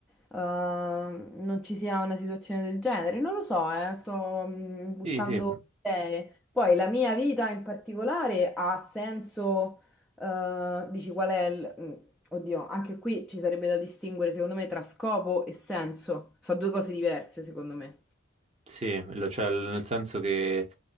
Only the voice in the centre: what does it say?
eh, non ci sia una situazione del genere. Non lo so, eh, sto mh, buttando
idee. Poi la mia vita in particolare ha senso, eh, dici qual è il... mm, Oddio, anche qui ci sarebbe da distinguere secondo me tra scopo e senso. Sono due cose diverse secondo me.